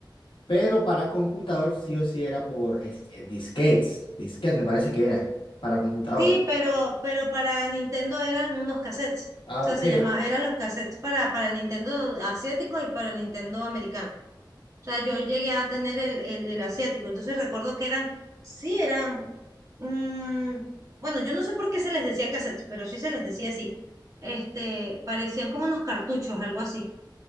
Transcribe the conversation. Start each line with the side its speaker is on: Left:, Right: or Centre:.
Left: pero para computador sí o sí era por este, disquetes, disquetes me parece que era, para computador.
Right: Sí, pero, pero para Nintendo eran unos cassettes,
Left: Ah,
Right: o sea,
Left: ok,
Right: se llamaba, eran los cassettes para, para el Nintendo asiático y para el Nintendo americano. O sea, yo llegué a tener el, el, el asiático. Entonces recuerdo que eran, sí, eran, mm, bueno, yo no sé por qué se les decía cassettes, pero sí se les decía así. Este, parecían como unos cartuchos, algo así.